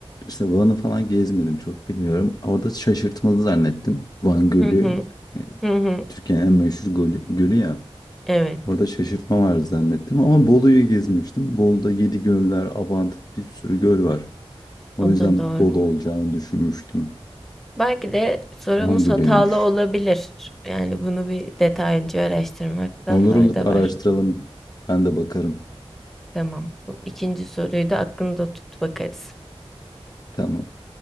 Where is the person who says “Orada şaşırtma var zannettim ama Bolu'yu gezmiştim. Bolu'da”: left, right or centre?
Left